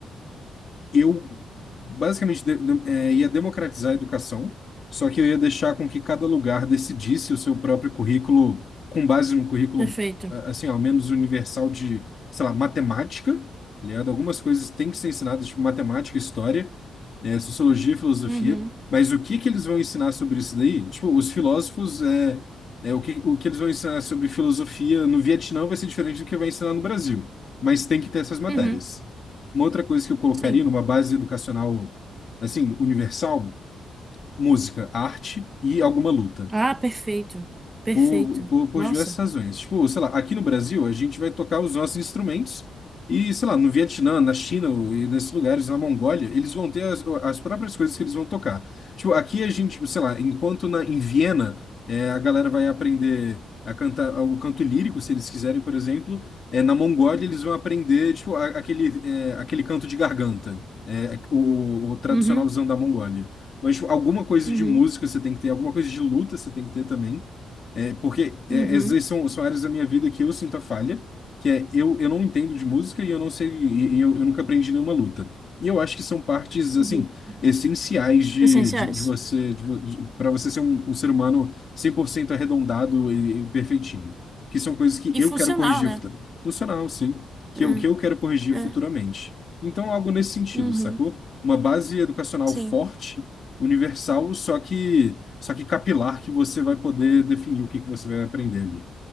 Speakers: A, on the left; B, on the right.
A: eu basicamente de- de- eh, ia democratizar a educação, só que eu ia deixar com que cada lugar decidisse o seu próprio currículo com base no currículo,
B: Perfeito.
A: ah, assim, ao menos universal de, sei lá, matemática, tá ligado? Algumas coisas têm que ser ensinadas, tipo matemática, história, eh, sociologia e filosofia,
B: Uhum,
A: mas o que que eles vão ensinar sobre isso daí? Tipo, os filósofos, é, é, o que, o que eles vão ensinar sobre filosofia no Vietnã vai ser diferente do que vai ensinar no Brasil, mas tem que ter essas matérias.
B: uhum,
A: Uma outra coisa que eu colocaria
B: sim.
A: numa base educacional, assim, universal, música, arte e alguma luta.
B: Ah, perfeito, perfeito.
A: Por, por, por
B: Nossa.
A: diversas razões. Tipo, sei lá, aqui no Brasil a gente vai tocar os nossos instrumentos e, sei lá, no Vietnã, na China e nesses lugares, na Mongólia, eles vão ter as, as próprias coisas que eles vão tocar. Tipo, aqui a gente, sei lá, enquanto na, em Viena é, a galera vai aprender a cantar o canto lírico, se eles quiserem, por exemplo, é, na Mongólia eles vão aprender, tipo, a- aquele, é, aquele canto de garganta. É, é, o, o tradicionalzão
B: Uhum,
A: da Mongólia. Mas, tipo, alguma coisa
B: uhum,
A: de música você tem que ter, alguma coisa de luta você tem que ter também. É, porque é,
B: uhum,
A: essas aí são, são áreas da minha vida que eu sinto a falha, que é eu, eu não entendo de música e eu não sei, e, e eu, eu nunca aprendi nenhuma luta. E eu acho que são partes, assim,
B: uhum.
A: essenciais de,
B: Essenciais.
A: de, de você, de, vo- de, para você ser um, um ser humano 100% arredondado e, e perfeitinho. Que são coisas que
B: E
A: eu
B: funcional,
A: quero corrigir
B: né?
A: futuramente. Funcional, sim. Que
B: É,
A: eu, que eu quero corrigir
B: é.
A: futuramente. Então, algo nesse sentido,
B: Uhum.
A: sacou? Uma base educacional
B: Sim,
A: forte universal, só que só que capilar que você vai poder definir o que que você vai aprender ali.